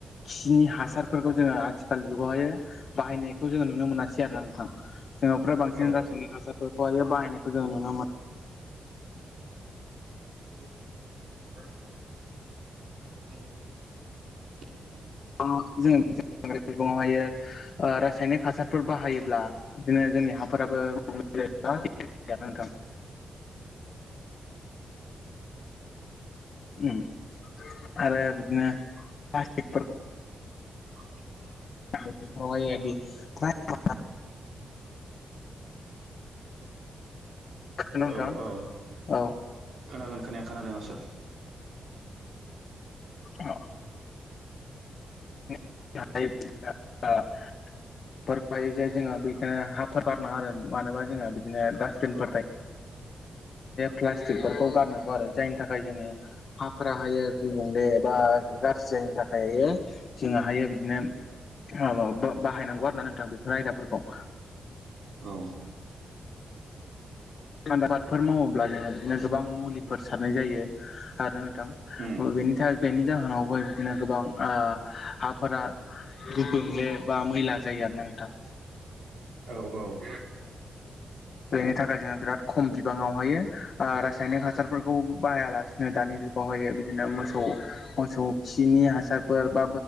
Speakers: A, on the left; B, on the right.
A: खिनि हासारफोरखौ जोङो आथिखाल जुगावहाय बाहायनायखौ जोङो नुनो मोनासै आरोना नोंथां। जोंनाव फ्राय बांसिन
B: औ
A: रासायनारिक हासारफोरखौ बाहायनायखौ जोङो नुनो मोनो।
B: <inaudible> <inaudible>
A: <unintelligible> हायो ओ रास यनिक हासारफोर बाहायोब्ला बिदिनो जोंनि हा फोराबो गुबुंले जागोन आरो नोंथां। उम आरो बिदिनो <unintelligible>
B: <inaudible>
A: <unintelligible> <unintelligible> नोंथां
B: औ औ
A: औ
B: खोनागोन खोनाया खोनादोंसो
A: औ <unintelligible> फोरफायो जे जोंहा बै बेखायनो हाफोराव गारनाङा आरो माने जोंहा बिदिनो डास्टबिनफोर थायो। प्लास्टिकफोरखौ गारनांगौ आरो जायनि थाखाय जोंनि हाफोराहायो गुबुंले बा गाज्रि जायैनि थाखाय जोङोहायो बिदिनो औ बाहायनांगौ आरो नोंथां बेफोर आयदाफोरखौ।
B: औ
A: आबादफोर मावोब्ला जोंहा बिदिनो गोबां मुलिफोर सारनाय जायो आरोना नोंथां।
B: उम
A: बेनि जा बेनि जाहोनावबो बिदिनो गोबां हाफोरा गुबुंले बा मै ला जायो आरोना नोंथां।
B: औ औ
A: बेनि थाखाय जोङो बिराद खम बिबाङावहायो ओ रासायनिक हासारफोरखौ बाहायालासिनो दानि जुग बहायो। बिदिनो मोसौ मोसौ खिनि हा सारफोर बा